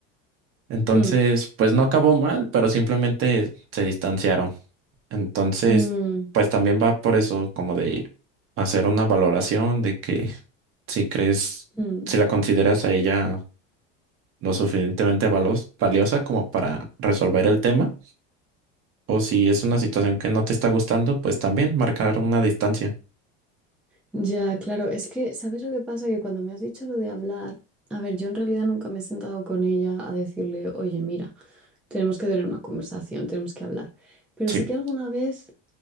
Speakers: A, on the right (about 45°); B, in the centre.
A: Entonces,
B: mm,
A: pues no acabó mal, pero simplemente se distanciaron. Entonces,
B: mm,
A: pues también va por eso, como de hacer una valoración de que si crees,
B: mm.
A: si la consideras a ella lo suficientemente valos- valiosa como para resolver el tema, o si es una situación que no te está gustando, pues también marcar una distancia.
B: Ya, claro, es que, ¿sabes lo que pasa? Que cuando me has dicho lo de hablar, a ver, yo en realidad nunca me he sentado con ella a decirle, oye, mira, tenemos que tener una conversación, tenemos que hablar. Pero
A: Sí,
B: sí que alguna vez,